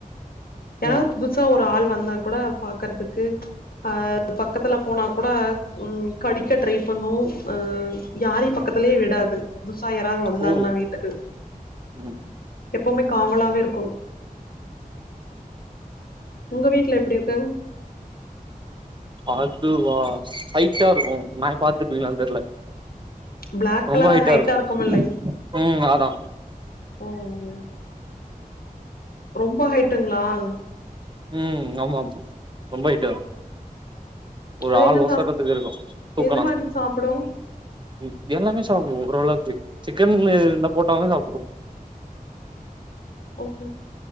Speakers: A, on the left; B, on the right.
A: யாராவ்த்
B: ம்
A: புத்சா ஒரு ஆள் வந்தா கூட பாக்கறதுக்கு அ பக்கத்துல போனா கூட ம் கடிக்க ட்ரை பண்ணு அ யாரயு பக்கத்துலே விடாதுங் புதுசா யாராவ்த் வந்தாங்கன்னா
B: ஓ
A: வீட்டுக்கு
B: ம்
A: எப்பவுமே காவலாவேருக்கு உங்க வீட்ல எப்படி இருக்குங்
B: அ அதுவா ஹைட்டாருக்கு நாய் பாத்துர்பீங்களான் தெர்ல
A: பிளாக்
B: ரொம்ப
A: கலரா
B: ஹைட்டாருக்கு
A: ஹைட்டா இருக்குமில்லை
B: ம் அதா
A: ம் ரொம்ப ஹைட்டுங்ளாங்
B: ம் ஆமா ஆமா ரொம்ப ஹைட்டுதா ஒரு
A: அது
B: ஆள்
A: என்ன
B: ஒசறதுக்கு
A: சாப்
B: இருக்கு தூக்குனா
A: எது மாரி சாப்டு
B: ம் எல்லாமே சாப்பிடு ஓரளவ்க்கு சிக்கன்ல எதிருந்தா போட்டாலு சாப்ட்ரு
A: ஓஹோ